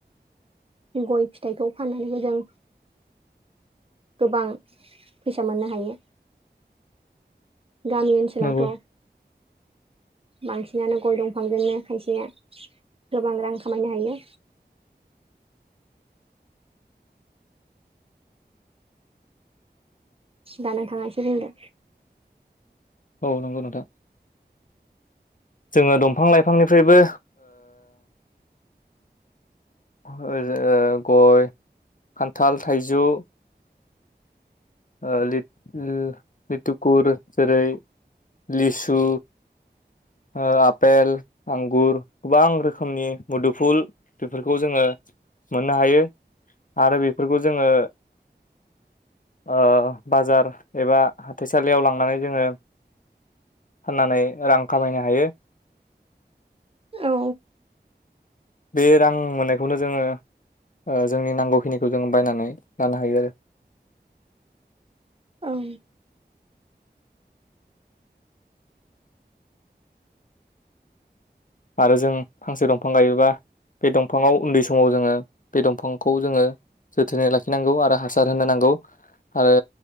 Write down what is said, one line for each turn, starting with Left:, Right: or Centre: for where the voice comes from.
Right: गय फिथाइखौ फाननानैबो जों गोबां फैसा मोननो हायो गामि ओनसोलावथ'
Left: नंगौ <inaudible>
Right: बांसिनानो गय दंफांजोंनो खायसेआ गोबां रां खामायनो हायो
Left: <inaudible>
Right: दा नोंथाङा एसे बुंदो
Left: औ नंगौ नोंथां जोङो दंफां लाइफांनिफ्रायबो <unintelligible> गय खान्थाल थाइजौ ओ लिथ ओ लिटकुर जेरै लिसु ओ आपेल आंगुर गोबां रोखोमनि मुदुफुल बेफोरखौ जोङो मोननो हायो आरो बेफोरखौ जोङो ओ बाजार एबा हाथाइसालियाव लांनानै जोङो फाननानै रां खामायनो हायो।
Right: औ
Left: बे रां मोननायखौनो जोङो ओ जोंनि नांगौखिनिखौ जों बायनानै लानो हायो आरो।
Right: ओं।
Left: आरो जों फांसे दंफां गायोबा बे दंफाङाव उन्दै समाव जोङो बे दंफांखौ जोङो जोथोनै लाखिनांगौ आरो हासार होनो नांगौ। आरो